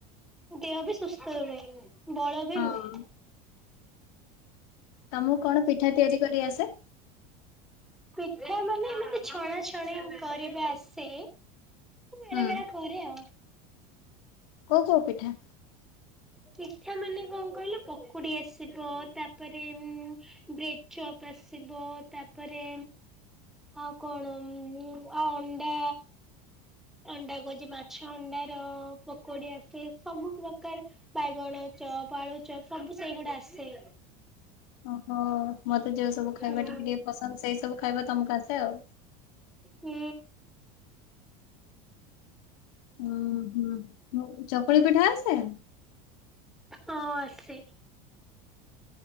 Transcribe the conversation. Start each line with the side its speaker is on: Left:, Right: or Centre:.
Centre: ଦେହ ବି ସୁସ୍ଥ ରୁହେ। ବଳ ବି
Left: ହଁ
Centre: ରୁହେ।
Left: ତମକୁ କଣ ପିଠା ତିଆରି କରି ଆସେ?
Centre: ପିଠା ମାନେ ଏମିତି ଛଣାଛଣି କରିବା ଆସେ। ବେଳେ
Left: ହୁଁ।
Centre: ବେଳେ କରେ ଆଉ।
Left: କୋଉ କୋଉ ପିଠା?
Centre: ପିଠା ମାନେ କଣ କହିଲ, ପକୁଡି ଆସିବ। ତାପରେ ବ୍ରେଡ ଚପ୍ ଆସିବ, ତାପରେ ଆଉ କଣ? ଆଉ ଅଣ୍ଡା ଅଣ୍ଡା କହୁଛି ମାଛ ଅଣ୍ଡାର ପକୋଡି ଆସେ। ସବୁ ପ୍ର ବାଇଗଣ ଚପ୍, ଆଳୁ ଚପ୍ ସବୁ ସେଇଗୁଡା ଆସେ।
Left: ଓହୋ, ମତେ ଯୋଉ ସବୁ ଖାଇବା
Centre: ହୁଁ
Left: ଟିକେ ଟିକେ ପସନ୍ଦ, ସେଇ ସବୁ ଖାଇବା ତମକୁ ଆସେ ଆଉ।
Centre: ହୁଁ।
Left: ହୁଁ ହୁଁ। ଚକୁଳି ପିଠା ଆସେ?
Centre: ହଁ ଆସେ।